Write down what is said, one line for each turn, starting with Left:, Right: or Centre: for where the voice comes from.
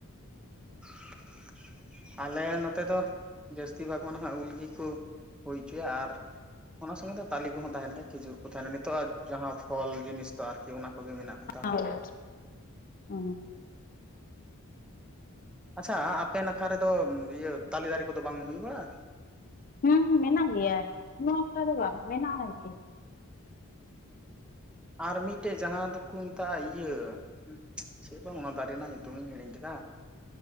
Centre: <unintelligible> ᱟᱞᱮ ᱱᱚᱛᱮ ᱫᱚ ᱡᱟᱹᱥᱛᱤ ᱵᱷᱟᱜᱽᱣᱟᱱ ᱦᱟᱸᱜ ᱱᱟᱦᱟᱜ ᱩᱞᱜᱮᱠᱚ ᱦᱩᱭ ᱦᱚᱪᱚᱭᱟ ᱟᱨ ᱚᱱᱟ ᱥᱚᱸᱜᱮ ᱛᱮ ᱛᱟᱞᱮ ᱠᱚᱦᱚᱸ ᱛᱟᱦᱮᱱ ᱜᱮᱭᱟ ᱠᱷᱤᱡᱩᱨ ᱠᱚ ᱛᱟᱦᱮᱱᱟ ᱜᱮ ᱱᱤᱛᱚᱜ ᱡᱟᱦᱟᱸ ᱯᱷᱚᱞ ᱡᱤᱱᱤᱥ ᱫᱚ ᱟᱨᱠᱤ ᱚᱱᱟ ᱠᱚᱜᱮ ᱢᱮᱱᱟᱜ
Left: <unintelligible>
Centre: ᱦᱟᱛᱟᱲᱟ ᱟᱪᱪᱷᱟ ᱟᱯᱮ ᱱᱟᱠᱷᱟ ᱨᱮᱫᱚ ᱤᱭᱟᱹ ᱛᱟᱞᱮ ᱫᱟᱨᱮ ᱠᱚᱫᱚ ᱵᱟᱝ ᱦᱩᱭ ᱵᱟᱲᱟᱜ-ᱟ
Left: ᱦᱩᱸᱦᱩᱸ ᱢᱮᱱᱟᱜ ᱜᱮᱭᱟ ᱩᱱᱟᱹᱜ ᱴᱟᱜ ᱫᱚ ᱵᱟᱝ ᱢᱮᱱᱟᱜ-ᱟ ᱟᱨᱠᱤ
Centre: ᱟᱨ ᱢᱤᱫᱴᱮᱡ ᱡᱟᱦᱟᱸ ᱫᱚᱠᱚ ᱢᱮᱛᱟᱜ-ᱟ ᱤᱭᱟᱹ ᱪᱮᱜ ᱵᱟᱝ ᱚᱱᱟ ᱫᱟᱨᱮ ᱨᱮᱱᱟᱜ ᱧᱩᱛᱩᱢᱤᱧ ᱦᱤᱲᱤᱧ ᱠᱮᱫᱟ